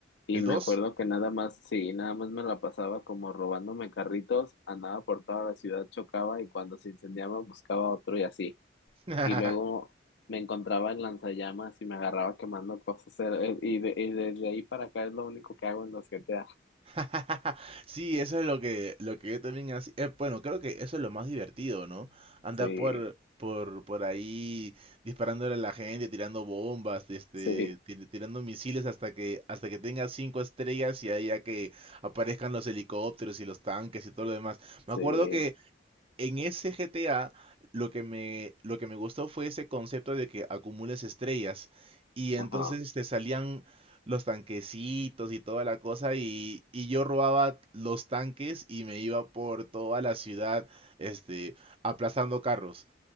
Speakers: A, on the left; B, on the right.
A: Y
B: el
A: me
B: dos.
A: acuerdo que nada más, sí, nada más me la pasaba como robándome carritos, andaba por toda la ciudad, chocaba y cuando se incendiaba buscaba otro y así.
B: <laughs>
A: Y luego me encontraba en lanzallamas y me agarraba quemando cosas. era- eh, Y, de- y desde ahí para acá es lo único que hago en los GTA.
B: <laughs> Sí, eso es lo que, lo que yo también hacía. eh, bueno, creo que eso es lo más divertido, ¿no? Andar
A: Sí,
B: por, por, por ahí disparándole a la gente, tirando bombas, este,
A: sí,
B: tir- tirando misiles hasta que, hasta que tenga cinco estrellas y ahí ya que aparezcan los helicópteros y los tanques y todo lo demás.
A: sí.
B: Me acuerdo que en ese GTA lo que me, lo que me gustó fue ese concepto de que acumules estrellas y entonces
A: Ajá.
B: te salían los tanquecitos y toda la cosa y, y yo robaba los tanques y me iba por toda la ciudad este, aplastando carros.